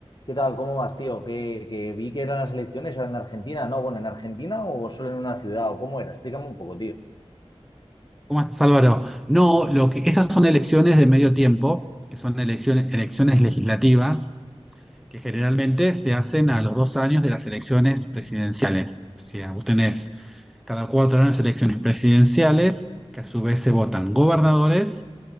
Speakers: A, on the left; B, in the centre.
A: ¿Qué tal? ¿Cómo vas, tío? Que, que vi que eran las elecciones, eran en Argentina, ¿no? Bueno, ¿en Argentina o solo en una ciudad? ¿O cómo era? Explícame un poco, tío.
B: ¿Cómo estás, Álvaro? No, lo que, esas son elecciones de medio tiempo, que son elecciones, elecciones legislativas, que generalmente se hacen a los dos años de las elecciones presidenciales. O sea, vos tenés cada cuatro años elecciones presidenciales, que a su vez se votan gobernadores